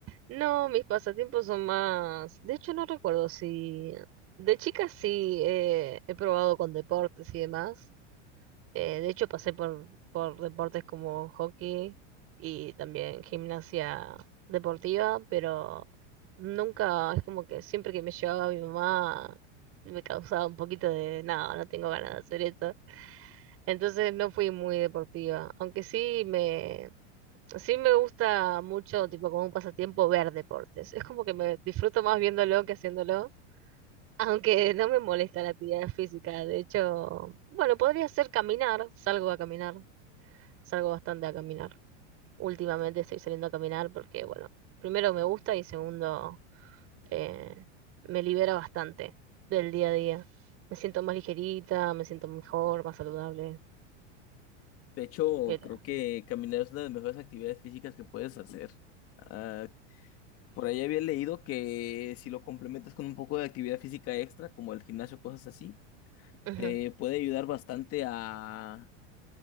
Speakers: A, on the right; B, on the left.
A: no, mis pasatiempos son más. De hecho, no recuerdo si. De chica sí eh, he probado con deportes y demás. Eh, de hecho, pasé por, por deportes como hockey y también gimnasia deportiva, pero nunca, es como que siempre que me llevaba mi mamá me causaba un poquito de nada, no tengo ganas de hacer esto. Entonces no fui muy deportiva, aunque sí me, Sí me gusta mucho, tipo, como un pasatiempo ver deportes. Es como que me disfruto más viéndolo que haciéndolo, <laughs> aunque no me molesta la actividad física. De hecho, bueno, podría ser caminar. Salgo a caminar, salgo bastante a caminar. Últimamente estoy saliendo a caminar porque, bueno, primero me gusta y segundo, eh, me libera bastante del día a día. Me siento más ligerita, me siento mejor, más saludable.
B: De hecho,
A: Pero,
B: creo que caminar es una de las mejores actividades físicas que puedes hacer. Ah, por ahí había leído que si lo complementas con un poco de actividad física extra, como el gimnasio, cosas así,
A: ujú,
B: te puede ayudar bastante a...